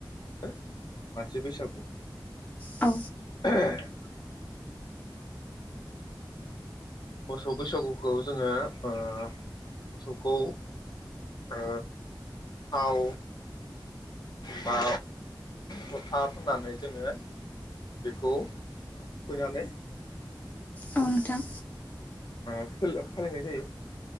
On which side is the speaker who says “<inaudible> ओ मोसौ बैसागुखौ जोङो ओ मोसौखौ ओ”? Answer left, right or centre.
Left